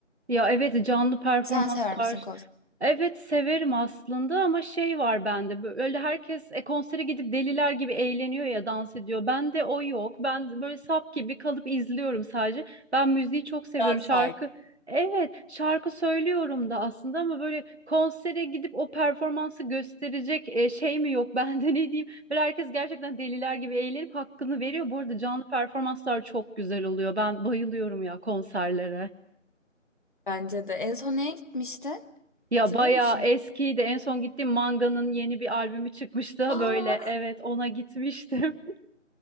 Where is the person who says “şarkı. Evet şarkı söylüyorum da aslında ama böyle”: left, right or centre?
Right